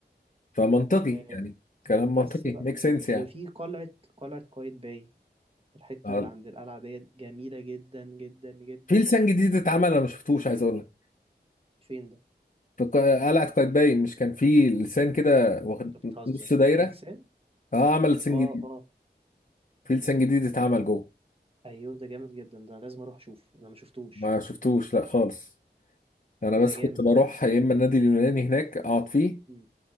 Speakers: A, on the left; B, on the right.
A: فمنطقي
B: آه،
A: يعني كلام
B: بس
A: منطقي
B: بقى
A: ميك سنس
B: وفي قلعة قلعة قايتباي الحتة
A: يعني
B: اللي عند القلعة ديت جميلة جدا جدا جدا
A: في لسان جديد اتعمل انا ما شفتوش عايز اقول لك
B: فين ده؟
A: في ق- قلعه قايتباي مش كان في لسان كده واخد
B: أنت بتهزر
A: نص دايره
B: في لسان؟
A: اه عمل لسان
B: اه
A: جديد
B: اه
A: في لسان جديد اتعمل جوه
B: أيوه ده جامد جدا ده لازم أروح أشوفه أنا ما شفتوش
A: ما شفتوش لا خالص انا بس
B: ده
A: كنت
B: جامد
A: بروح
B: ده
A: يا اما النادي اليوناني هناك اقعد فيه
B: مم.